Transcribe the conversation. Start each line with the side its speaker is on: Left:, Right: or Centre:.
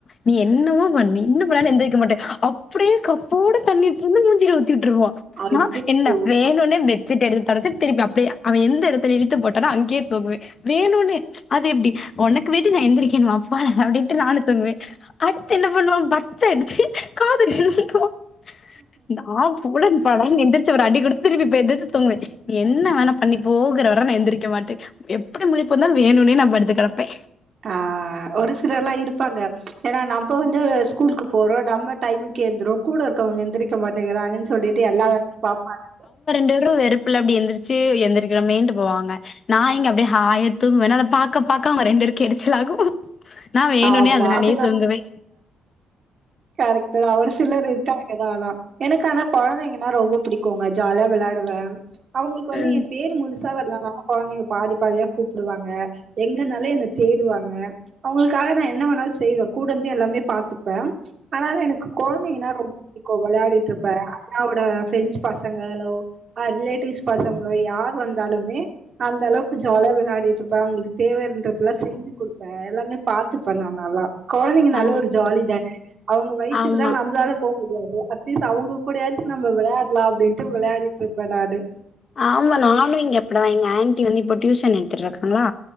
Left: நீ என்னமோ பண்ணு நீ இன்னு பண்ணாலு எந்திரிக்க மாட்ட அப்டியே கப் போட தண்ணிஎடுத்துட் வந்து மூஞ்சில ஊத்தி விட்டுருவா
Right: அச்சச்சோ!
Left: நா என்ன வேணுனே பெட்சீட் எடுத்து தொடச்சு திருப்பி அப்டியே அவன எந்த இடத்துல இழுத்து போட்டானோ அங்கயே தூங்குவ வேணுன்னே அது எப்டி உனக்குவேண்டி நா எந்திரிக்கணுமா போடா! அப்டின்ட்டு நானு தூங்குவே அடுத்து என்ன பண்ணுவா பட்ஸ் எடுத்து காதுலயே நோண்டுவா நா சுள்ளுனு, படார்னு எந்திரிச்சு, ஒரு அடி குடுத்து திருப்பி இப்ப எந்திரிச்சு தூங்குவே என்ன வேணா பண்ணிப்போகுற வர நா எந்திரிக்கமாட்ட எப்டி முழிப்பு வந்தாலு வேணுனே நா படுத்துக்கெடப்பே
Right: ஆ. ஒரு சிலர்ல்லா இருப்பாங்க! ஏன்னா! நம்ம வந்து ஸ்கூலுக்கு போறோ நம்ம... டைமுக்கு எந்திருவோ கூட இருக்கவங்க எந்திரிக்க மாட்டேங்கிறாங்கன் சொல்லிட்டு எல்லா வேலயு பாப்பாங்க!
Left: ட்ரு வெறு புள்ள அப்டி எந்திருச்சு, எந்திரக்கறமேன்ட்டு போவாங்க! நா இங்க அப்டியே ஹாயா தூங்குவேனா அத பாக்க பாக்க அவங்க ரெண்டு பேருக்கு எரிச்சலாகு நா வேணுனே,
Right: ஆமா.
Left: அதனாலயே
Right: அது
Left: தூங்குவே
Right: கரக்ட்தா ஒரு சிலர் இருக்காங்க ஏதா ஆனா எனக்கு ஆனா கொழந்தைங்கன்னா ரொம்ப புடிக்குங்க ஜாலியா வெளாடுவேன் அவங்களுக்கு வந்து
Left: ம்.
Right: என் பேரு முழுசா வர்லா ஆனா கொழந்தைங்க பாதி பாதியா கூப்டுவாங்க எங்கனால என்ன தேடுவாங்க க்காக நா என்ன வேணாலும் செய்வேன் கூடயிருந்தே எல்லாமே பாத்துப்பே அனாலூ எனக்கு கொழந்தைங்கன்னா ரொம்ப புடிக்கும் வெளையாடிட்டு இருப்பே அவரோட ஃப்ரெண்ட்ஸ் பசங்களோ ஆர் ரிலேடிவ்ஸ் பசங்களோ யார் வந்தாலுமே அந்த அளவுக்கு ஜாலியா வெளையாடிட்டுருப்பேன் அவங்களுக்கு தேவைன்றதுல்லா செஞ்சு கொடுப்பேன் எல்லாமே பாத்து பண்ணுவே நால்லா கொழந்தைங்கனாலே
Left: ஆ.
Right: ஒரு ஜாலிதானே அவங்க வயசுக்குதா
Left: ஆமா.
Right: நம்மளால போக முடியாது. அட்லீஸ்ட் அவங்க கூடயாச்சும் நம்ம வெளையாட்லா அப்டின்ட்டு வெளையாடிட்டு இருப்பே நானு
Left: ஆமா நானூ இங்க அப்டிதா எங்க ஆன்ட்டி வந்து இப்ப டியூசன் எடுத்துட்டுருக்காங்களா